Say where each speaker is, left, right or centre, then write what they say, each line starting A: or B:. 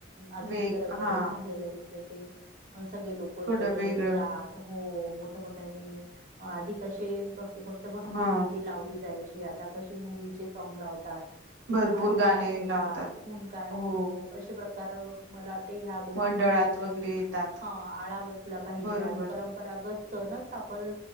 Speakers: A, on the right; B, on the right.
A: आधुनिककरण
B: वेग हा
A: झालेल दिसत ते सगळे लोक एकत्र
B: थोडं वेगळं
A: येतात हो मोठ्या मोठ्याने आधिक असे भक्त भक्ती
B: हा
A: गीते लावली जायची. आता कसे मुवीचे सॉंग लावतात. इथे
B: भरपूर
A: भांडण
B: गाणे
A: काय होतात?
B: लावतात
A: खून काय होतो,
B: हो
A: असे प्रकार <unintelligible> मला वाट ह्या गोष्टींना
B: मंडळात
A: कुठेतरी
B: वगैरे येतात
A: ह आळा बसला पाहिजे.
B: बरोबर
A: आणि परंपरागत सणच आपण